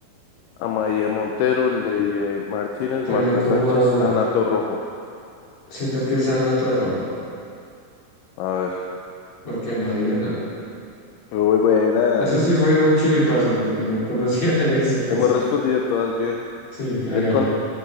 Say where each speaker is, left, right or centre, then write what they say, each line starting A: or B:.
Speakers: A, on the left (about 80°); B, on the left (about 55°).
A: Amaia Montero, Leire Martínez,
B: Suena
A: Marta
B: como
A: Sánchez,
B: a-
A: Ana Torroja.
B: Siento que es Ana Torroja,
A: A ver.
B: porque a María no.
A: Muy buena.
B: Eso sí fue un chiripazo, porque no conocía <laughs> de eso casi.
A: Hemos respondido todas bien.
B: Sí, hágale.
A: El con...